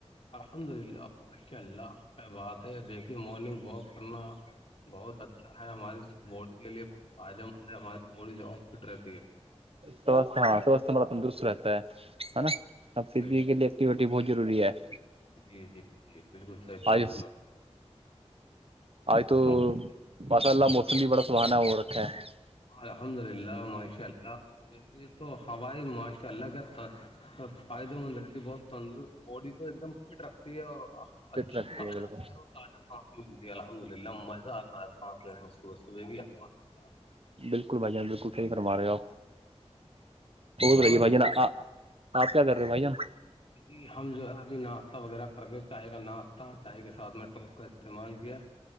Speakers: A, on the left; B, on the right.
A: الحمد للہ ماشاء اللہ آپ کیا بات ہے دیکھیے مارننگ واک کرنا- بہت اچھا ہے ہماری باڈی کے لیے بہت فائدے مند ہے ہماری باڈی جو فٹ رہتی ہے-
B: سو ہاں سواستہ ما پ درست رہتا ہے- ہے نا اب فزی
A: بے شک
B: کے
A: بے شک
B: لیے
A: بے
B: ایکٹیویٹی
A: شک،
B: بہت ضروری ہے-
A: جی- جی- جی بالکل صحیح فرمایا
B: آج
A: آپ-
B: آج تو
A: چلو دیکھیے
B: باسا اللہ
A: ہم
B: موسم بھی بڑا سہانا ہو رکھا ہے-
A: الحمد للہ ماشاء اللہ دیکھیے تو ہوائی ماشاء اللہ کیا- سف فائدے
B: ہاں
A: مند رہتی ہے بہت تندرست باڈی کو ایک دم فٹ رکھتی ہے اور اخ-
B: فٹ
A: اچھی
B: رکھتی
A: تازہ
B: ہے بالکل
A: ترو تازہ سانس ملتی ہے الحمد للہ مزہ آتا ہے سانس لینے میں صبح -صبح کی- صبح کے ساتھ
B: بالکل بھائی جان بالکل صحیح فرما رہے ہو اپ
A: جی
B: ہو
A: فرمائیے
B: رہی ہے بھائی جان آپ- آپ کیا کر رہے ہو بھائی جان-
A: جی ہم جو ہے ابھی ناشتہ وغیرہ کر کے چائے کا ناشتہ چائے کے ساتھ میں ٹوس کا استعمال کیا-